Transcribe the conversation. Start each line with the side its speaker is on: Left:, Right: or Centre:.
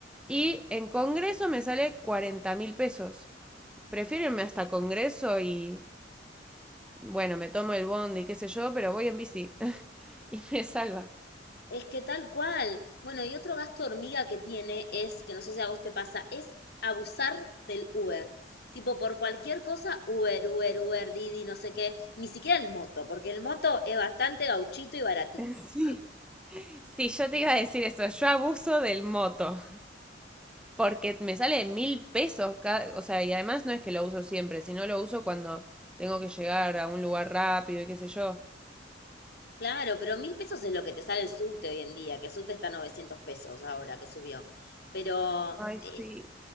Centre: Y en Congreso me sale cuarenta mil pesos. Prefiero irme hasta Congreso y, bueno, me tomo el bondi, qué sé yo, pero voy en bici <laughs> y me salva.
Left: Es que tal cual. Bueno, y otro gasto hormiga que tiene es, que no sé si a vos te pasa, es abusar del Uber. Tipo, por cualquier cosa, Uber, Uber, Uber, Didi, no sé qué. Ni siquiera el moto, porque el moto es bastante gauchito y baratito.
Centre: <laughs> Sí.
Left: <laughs>
Centre: Sí, yo te iba a decir eso, yo abuso del moto, porque me sale mil pesos, cada, o sea, y además no es que lo uso siempre, sino lo uso cuando tengo que llegar a un lugar rápido y qué sé yo.
Left: Claro, pero mil pesos es lo que te sale el subte hoy en día, que el subte está a 900 pesos ahora que subió. Pero
Centre: Ay,
Left: es
Centre: sí.